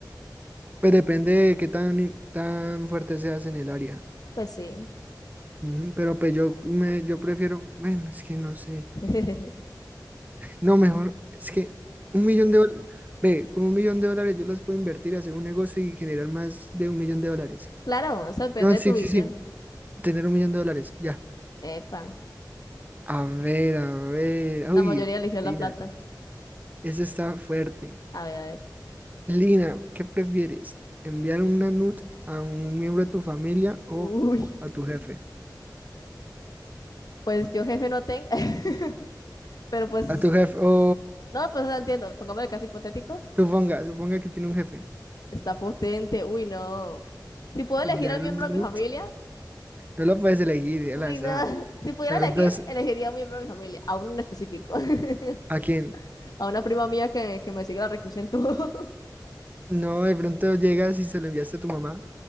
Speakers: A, on the right (about 25°); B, on the left (about 60°).
A: pues depende de qué tan, in- tan fuerte seas en el área.
B: Pues sí.
A: Ujú, Pero pues yo, me, yo prefiero, bueno, es que no sé.
B: <laughs>
A: No, mejor, es que un millón de dólares, ve, con un millón de dólares yo los puedo invertir, hacer un negocio y generar más de un millón de dólares.
B: Claro, eso depende
A: No,
B: de
A: sí,
B: tu visión.
A: sí, sí, tener un millón de dólares, ya.
B: Epa,
A: A ver, a ver, uy,
B: la mayoría eligió la
A: Lina,
B: plata.
A: eso está fuerte.
B: A ver, a ver.
A: Lina, ¿qué prefieres? ¿Enviar una NUT a un miembro de tu familia o
B: Uy,
A: a tu jefe?
B: pues yo jefe no tengo, <laughs> pero pues
A: A tu jefe, o
B: No, pues no entiendo. Pongamos el caso hipotético.
A: suponga, suponga que tiene un jefe.
B: Está potente. Uy, no. Si puedo elegir
A: Enviar
B: a un miembro
A: un NUT,
B: de mi familia,
A: no lo puedes elegir
B: uy,
A: al azar.
B: no. <laughs> Si pudiera
A: De pronto,
B: elegir,
A: es-
B: elegiría a un miembro de mi familia, a un en específico. <laughs>
A: ¿a quién?
B: A una prima mía que, que me sigue la recocha en todo.
A: No, de pronto llegas y se lo enviaste a tu mamá